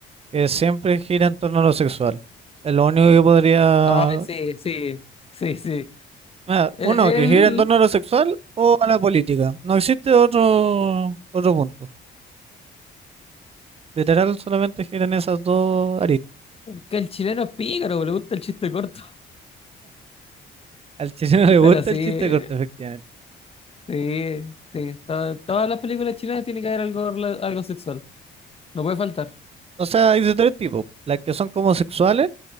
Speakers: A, on the right (about 30°); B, on the left (about 30°).
A: que siempre gira en torno a lo sexual, es lo único que podría...
B: Ah, sí, sí, sí, sí.
A: ah,
B: E-
A: Uno, que
B: El,
A: gira en torno a lo sexual o a la política. No existe otro, otro punto. Literal, solamente giran esas dos aristas.
B: que el chileno es pícaro, bo, le gusta el chiste corto.
A: Al chileno
B: <laughs>
A: le gusta
B: Pero sí,
A: el chiste corto, efectivamente.
B: sí, sí. to- todas las películas chilenas tienen que haber algo, rela- algo sexual. No puede faltar.
A: O sea, hay de tres tipos. Las que son como sexuales,